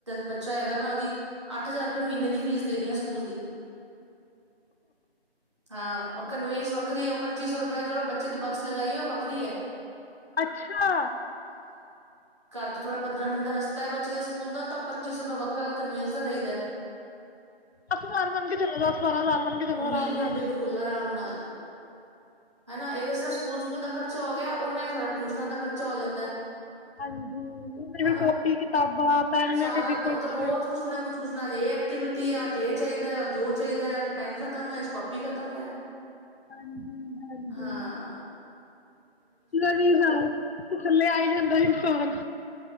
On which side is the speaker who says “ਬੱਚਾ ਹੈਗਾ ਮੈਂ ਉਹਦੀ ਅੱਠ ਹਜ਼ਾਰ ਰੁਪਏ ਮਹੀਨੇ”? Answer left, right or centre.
Right